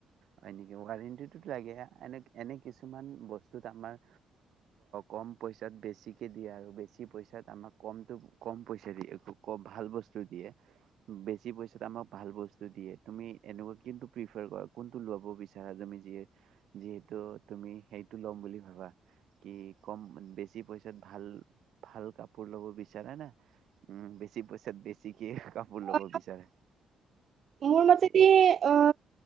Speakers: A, on the right; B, on the right.
A: হয় নেকি ৱাৰেণ্টিটোত লাগে এনে কিছুমান বস্তুত আমাৰ কম পইচাত বেছিকে দিয়ে আৰু বেছি পইচাত আমাক কমটো কম পইচা দিয়ে ভাল বস্তু দিয়ে বেছি পইচাত আমাক ভাল বস্তু দিয়ে তুমি এনেকুৱা কোনটো প্ৰিফাৰ কৰা কোনটো লব বিচাৰা তুমি যিয়ে যিহেতু তুমি সেইটো ল'ম বুলি ভাবা কি কম বেছি পইচাত ভাল ভাল কাপোৰ ল'ব বিচাৰা নে উম বেছি পইচা দি বেছিকে কাপোৰ ল'ব
B: অ
A: বিচাৰে
B: মোৰ মতেদি অ